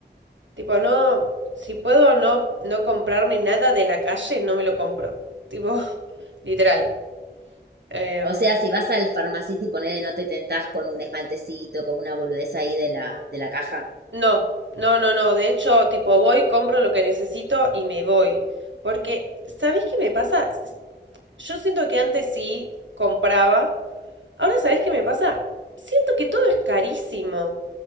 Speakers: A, on the right; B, on the right.
A: Tipo, no, si puedo no, no comprarme nada de la calle, no me lo compro. Tipo, <laughs> literal. Em,
B: O sea, si vas al Pharmacity, ponele, no te tentás con un esmaltecito, con una boludez ahí de la, de la caja.
A: no, no, no, no. De hecho, tipo, voy, compro lo que necesito y me voy. Porque, ¿sabés qué me pasa? S- Yo siento que antes sí compraba. Ahora, ¿sabés qué me pasa? Siento que todo es carísimo.